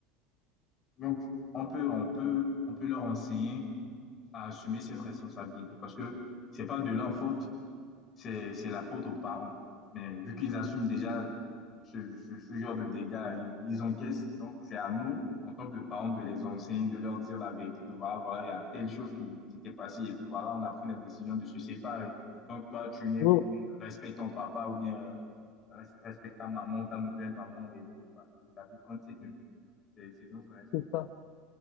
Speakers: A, on the left; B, on the left.
A: Donc, on peut, on peut, on peut leur enseigner à assumer cette responsabilité parce que c'est pas de leur faute. c'est c'est la faute aux parents. Mais vu qu'ils assument déjà ce, ce, ce genre de dégâts, ils, ils encaissent. Donc, c'est à nous, en tant que parents, de les enseigner, de leur dire la vérité, que voilà, voilà, il y a telle chose qui, qui s'était passée, et puis voilà, on a pris la décision de se séparer. Donc, toi, tu n'es
B: Oui,
A: respecte ton papa ou bien euh, res- respecte ta maman, ta nouvelle maman et tout, quoi. Et la vie continue. C'est c'est notre responsabilité
B: c'est ça.